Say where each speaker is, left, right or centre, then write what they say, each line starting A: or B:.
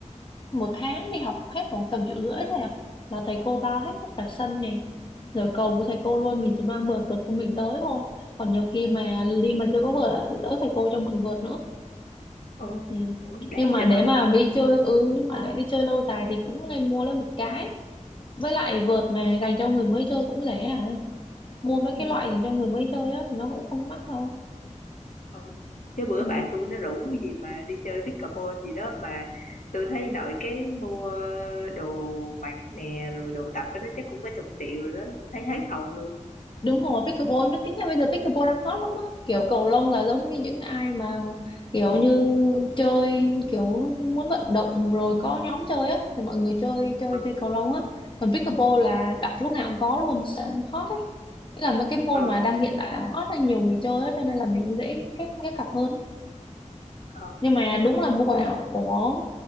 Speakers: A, on the left; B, on the left.
A: một tháng đi học hết khoảng tầm triệu rưỡi thôi à là thầy cô bao hết tất cả sân này rồi cầu của thầy cô luôn mình chỉ mang vợt vợt của mình tới thôi còn nhiều khi mà đi mà chưa có vợt á, lỡ thầy cô cho mượn vợt nữa
B: ờ,
A: Ừ.
B: ủa đáng
A: Nhưng mà
B: vậy
A: để
B: hả?
A: mà đi chơi ừ nhưng mà để đi chơi lâu dài thì cũng nên mua lên một cái với lại
B: Ờ,
A: vợt mà dành cho người mới chơi cũng rẻ à mua mấy
B: ừ,
A: cái loại dành cho người mới chơi á thì nó cũng không có mắc đâu
B: ờ. Chứ bữa
A: ừ.
B: bạn tôi nó rủ cái gì mà đi chơi pickleball gì đó mà tôi thấy nội cái mua đồ mặc nè rồi đồ tập cái đó chắc cũng có chục triệu rồi đó thấy hết hồn luôn
A: đúng rồi pickleball nhưng tính ra bây giờ pickleball đang hot lắm á kiểu cầu lông là giống như những ai mà kiểu như chơi kiểu muốn vận động rồi có nhóm chơi á thì mọi người chơi chơi
B: ờ
A: chơi cầu lông á còn pickleball là
B: ờ
A: đặt lúc nào cũng có luôn sợ hot ấy nghĩa là mấy cái môn
B: ờ
A: mà đang hiện tại đang À, hot là nhiều người chơi á cho nên là mình dễ ghép ghép cặp hơn
B: ờ
A: nhưng mà đúng là mua quần áo của